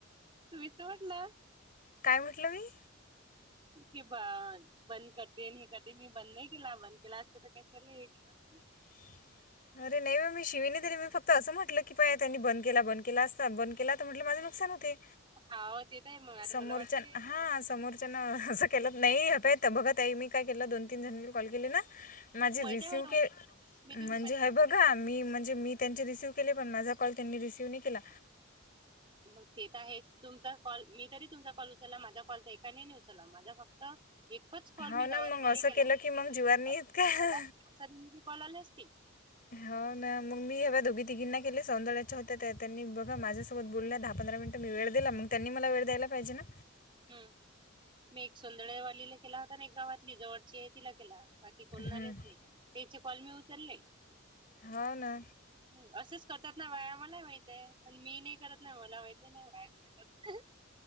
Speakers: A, on the right; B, on the left.
A: मी सोडलं
B: काय म्हटलं मी
A: कि बा बंद करते आणि हे करते, मी बंद नाही केला बंद केला असता तर काय <unintelligible>
B: <inaudible> अरे नाही बा मी शिवीने तरी मी फक्त असं म्हटलं की पहा त्यांनी बंद केला बंद केला अस बंद केला तर म्हटलं माझ. सांगते.
A: हाव ते तर आहे मग आता
B: समोरच्या
A: मला वाटते काय
B: हा समोरच्यांना असं. केलं नाही. बघा ताई मी काय केलं दोन तीन जणीना कॉल केले ना. माझी
A: माहिती
B: रिसीव्ह
A: आहे मला
B: केले
A: मी तर
B: माझे.
A: माझ्या
B: बघा मी म्हणजे मी त्यांचे रिसीव्ह केले पण माझा कॉल त्यांनी रिसीव्ह नाही केला.
A: मग तेे तर आहेच, तुमचा कॉल मी तरी. तुमचा कॉल उचलला, माझा कॉल तर एकानेही नाही उचलला, माझा फक्त. एकच कॉल
B: हो
A: मी
B: ना
A: गावात
B: मग
A: लिले
B: असं
A: केला
B: केलं की मग जिवारनी
A: <unintelligible>
B: इतका
A: कॉल आले असतील
B: हो ना मग मी हे दुगी तिघींना केले सौंदाळ्याच्या होत त्या त्यांनी बघा माझ्यासोबत बोलल्या दहा पंधरा मिनटं मी वेळ दिला मग त्यांनी मला वेळ द्यायला पाहिजे ना
A: हम्म मी एक सोंदळेवालीला केला होता ना एक गावातली जवळची आहे तिला केला बाकी कोणालेच
B: हं.
A: नाही त्याचे कल मी उचलले
B: हा ना
A: हम असंच करतात ना बाया मलाही माहितीये पण मी नाही करत नाही मला माहित आहे <unintelligible>